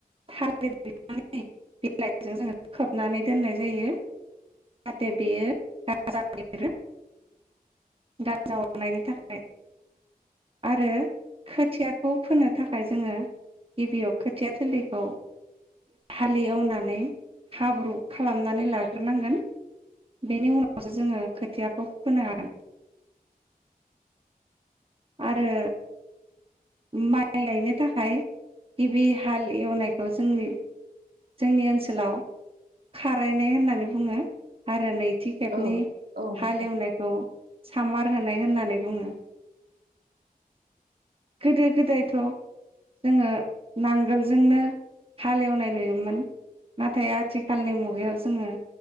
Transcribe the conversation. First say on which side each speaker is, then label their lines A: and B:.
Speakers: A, on the right (about 35°); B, on the right (about 80°).
A: थालिर बिफांनि बिलाइजों जोङो खोबनानै दोननाय जायो जाहाथे बेयो गा गाजा बेरो गाजा हरनायनि थाखाय आरो खोथियाखौ फोनो थाखाय जोङो गिबियाव खोथिया थोलिखौ हालेवनानै हाब्रु खालामनानै लाग्रोनांगोन बेनि उनाव नाव सो जोङो खोथियाखौ फोनो हागोन। आरो माइ गायनो थाखाय गिबि हाल एवनायखौ जोंनि जोंनि ओनसोलाव खारायनाय होननानै बुङो आरो नै थि खेबनि
B: औ औ नोंथां
A: हालेवनायखौ। सामार होनाय होननानै बुंङो। गोदो गोदायथ जोंङो नांगोलजोंनो हालेवनाय नुयोमोन नाथाय आथिखालनि मुगायाव जोंङो